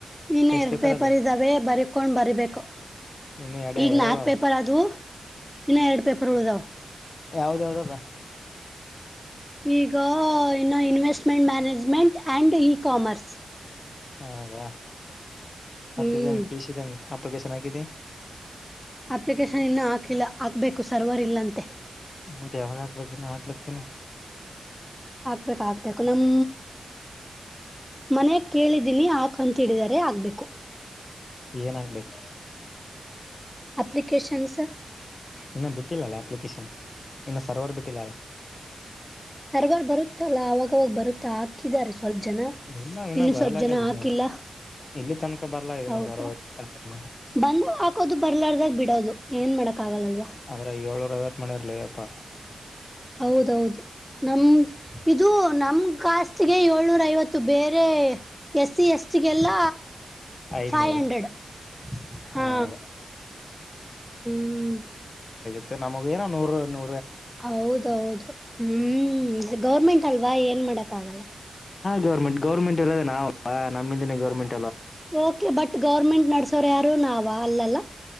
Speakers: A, in the centre; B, on the left.
A: ಇನ್ನು
B: ಎಷ್ಟ್
A: ಎರಡು ಪೇಪರ್
B: ಅದು
A: ಇದ್ದಾವೆ ಬರಿ ಕಕೊಂಡು ಬರೀಬೇಕು
B: ಇನ್ನು ಎರಡ
A: ಈಗ್
B: ಯಾವ್ಯಾವ
A: ನಾಕ್ ಪೇಪರ್ ಅದುದು ಇನ್ನು ಎರಡು ಪೇಪರ್ ಉಳುದಾವ
B: ಯಾವದ ಯಾವದದ
A: ಈಗ ಇನ್ನು investment management and e commerce
B: ಹೌದಾ ಮತ್ತ
A: ಹ್ಮ್
B: ಇದಂಗ ಪೀಸಿದಂಗ ಅಪ್ಲಿಕೇಶನ್ ಆಕಿದೆ
A: ಅಪ್ಲಿಕೇಶನ್ ಇನ್ನೂ ಹಾಕಿಲ್ಲ ಹಾಕ್ಬೇಕು ಸರ್ವರ್ ಇಲ್ಲಂತೆ
B: ಮತ್ತೆ ಯಾವಾಗ ಹಾಕ್ಬೇಕ ಇನ್ನು ಹಾಕ್ಬೇಕ ತಾನೆ
A: ಆಗ್ಬೇಕ ಆಗ್ಬೇಕು ನಮ್ಮ ಮನೆ ಕೇಳಿದ್ದೀನಿ ಆ ಕಂತಿಡಿದರೆ ಆಗ್ಬೇಕು.
B: ಏನಗ್ಬೇಕು
A: ಅಪ್ಲಿಕೇಶನ್ಸ್
B: ಇನ್ನ ಬಿಟ್ಟಿಲ್ಲಲ್ಲ ಅಪ್ಲಿಕೇಶನ್ ಇನ್ನು ಸರ್ವರ್ ಬಿಟ್ಟಿಲ್ಲ.
A: ಸರ್ವರ್ ಬರುತ್ತಲ್ಲಾ ಅವಾಗವಾಗ ಬರುತ್ತಾ ಹಾಕಿದ್ದಾರೆ. ಸ್ವಲ್ಪ ಜನ
B: ಇಲ್ಲ ಇನ್ನ
A: ಇನ್ನು
B: ಬರಲಾಗಿದ್ದನಿ
A: ಸ್ವಲ್ಪ ಜನ ಹಾಕಿಲ್ಲ
B: ಇಲ್ಲಿ ತನಕ ಬರ್ಲಗ್ಯಾದ
A: ಹೌದಾ
B: ಇನ್
A: ಬಂದಾಗ ಹಾಕೋದು ಬರ್ಲಾರ್ದಾಗ
B: <unintelligible>
A: ಬಿಡೋದು ಏನ್ ಮಾಡಕ್ ಆಗಲ್ಲಲ್ವಾ
B: ಆದ್ರಗ್ ಏಳೂರ ಐವತ್ ಮಾಡಿರ್ ಲೆ ಎಪ್ಪಾ.
A: ಹೌದೌದು ನಮ್ ಇದು ನಮ ಕಾಸ್ ಹೇ ಏಳ್ನೂರ ಐವತ್ತು ಬೇರೆ ಎಸ್ ಸಿ ಎಸ್ ಟಿ ಗೆಲ್ಲ
B: ಐದ್ನೂರು
A: ಫೈ ಹಂಡ್ರೆಡ್ ಹ
B: ಹೌದು
A: ಹ್ಮ್ಮ್.
B: ತ್ತು ನಮ್ಗ ಏನ ನೂರು ನೂ
A: ಹೌದೌದು ಹ್ಮ್ ಸ್ ಗೌರ್ಮೆಂಟ್ ಅಲ್ವಾ ಎ ಏನ್ ಮಾಡಕ್ ಆಗಲ್ಲ.
B: ಗೌರ್ಮೆಟ್ ಗೌರ್ಮೆಂಟ್ ಇರೋದೆ ನಾವ್ ನಮ್ಮಿಂದನೇ ಗರ್ಮಂಟ್.
A: ಓಕೆ ಬಟ್ ಗೌರ್ಮೆಂಟ್ ನಡ್ಸೋರ್ ಯಾರು ನಾವ ಅಲ್ಲಲ್ಲ.